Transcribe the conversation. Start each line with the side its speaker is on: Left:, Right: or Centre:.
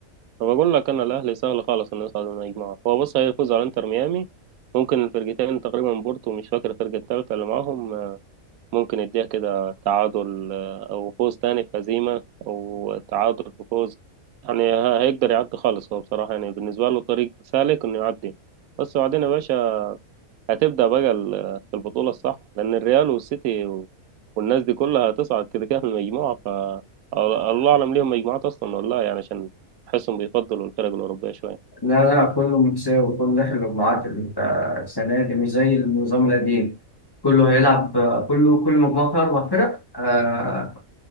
Right: فبقول لك أنا الأهلي سهل خالص إنه يصعد من المجموعة هو بص هيفوز على إنتر ميامي ممكن الفرقتين تقريبا بورتو مش فاكر الفرقة التالتة اللي معاهم ممكن يديها كده تعادل أو فوز تاني في هزيمة أو تعادل في فوز يعني ه- هيقدر يعدي خالص هو بصراحة يعني بالنسبة له طريق سالك إنه يعدي بس بعدين يا باشا هتبدأ بقى ال- في البطولة الصح لأن الريال والسيتي و- والناس دي كلها هتصعد كده كده من المجموعة ف الله أعلم ليهم مجموعات أصلا ولا لا يعني عشان أحسهم بيفضلوا الفرق الأوروبية شوية
Left: لا لا كله متساوي كله داخل المجموعات ال- آه، السنة دي مش زي النظام القديم كله هيلعب آه، كله كل مجموعة فيها أربع فرق آه،